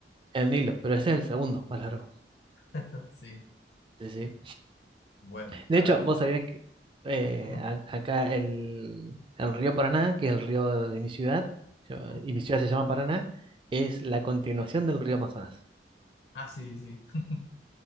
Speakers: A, on the right (about 30°); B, on the left (about 65°).
A: El Nilo, pero ese es el segundo más largo.
B: <laughs> sí.
A: Sí, sí.
B: Bueno,
A: De
B: a
A: hecho,
B: ver.
A: vos sabías que eh,
B: Ujú,
A: a- acá el, el río Paraná, que es el río de mi ciudad, yo-
B: ujú.
A: y mi ciudad se llama Paraná, es la continuación del río Amazonas.
B: Ah, sí, sí, sí.